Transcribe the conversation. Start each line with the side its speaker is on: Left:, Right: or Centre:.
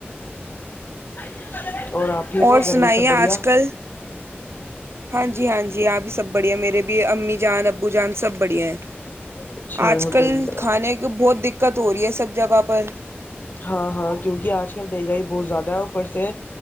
Left: <inaudible>
Right: اور
Left: ہو گھر
Right: سنائیے
Left: میں سب بڑھیا
Right: اج کل ہاں جی ہاں جی اپ ہی سب بڑھیا میرے بھی امی جان ابو جان سب بڑھیا ہیں
Left: اچھا
Right: اج
Left: الحمد
Right: کل
Left: للہ
Right: کھانے کو بہت دقت ہو رہی ہے سب جگہ پر
Left: ہاں ہاں کیونکہ اج کل مہنگائی۔۔۔۔ بہت زیادہ ہے۔ اوپر سے